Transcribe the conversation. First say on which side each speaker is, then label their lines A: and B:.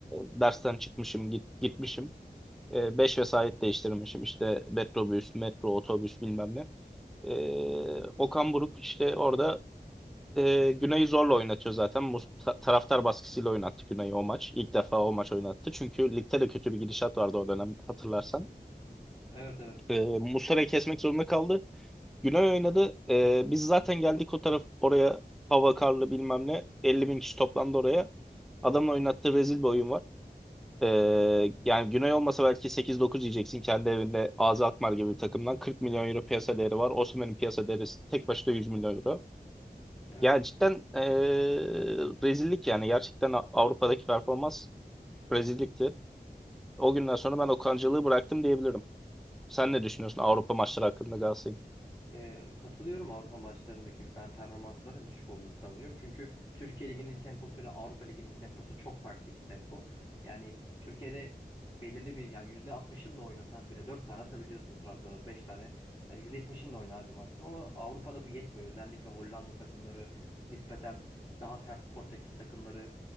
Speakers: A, in the centre; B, on the left.
A: dersten çıkmışım git, gitmişim. E, beş vesait değiştirmişim işte metrobüs, metro, otobüs bilmem ne. E, Okan Buruk işte orada e, Güney'i zorla oynatıyor zaten. Mus- ta- taraftar baskısıyla oynattı Güney'i o maç. İlk defa o maç oynattı. Çünkü ligde de kötü bir gidişat vardı o dönem hatırlarsan.
B: Evet evet.
A: E, Muslera'yı kesmek zorunda kaldı. Günay oynadı. E, biz zaten geldik o taraf oraya hava karlı bilmem ne. 50 bin kişi toplandı oraya. Adamın oynattığı rezil bir oyun var. E, yani Günay olmasa belki 8-9 yiyeceksin kendi evinde Ağzı Alkmaar gibi bir takımdan. 40 milyon euro piyasa değeri var. Osimhen'in piyasa değeri tek başına 100 milyon euro.
B: Evet.
A: Ya cidden e, rezillik yani. Gerçekten A- Avrupa'daki performans rezillikti. O günden sonra ben Okan'cılığı bıraktım diyebilirim. Sen ne düşünüyorsun Avrupa maçları hakkında Galatasaray'ın?
B: Ee, katılıyorum Avrupa maçlarındaki ben performansı zaten düşük olduğunu savunuyorum. Çünkü Türkiye Ligi'nin temposuyla Avrupa Ligi'nin temposu çok farklı iki tempo. Yani Türkiye'de belirli bir yani %60'ınla oynasan bile 4 tane atabiliyorsun Trabzon'a 5 tane. Yani %70'inle oyna hadi maksimum ama Avrupa'da bu yetmiyor. Özellikle Hollanda takımları nispeten daha sert Portekiz takımları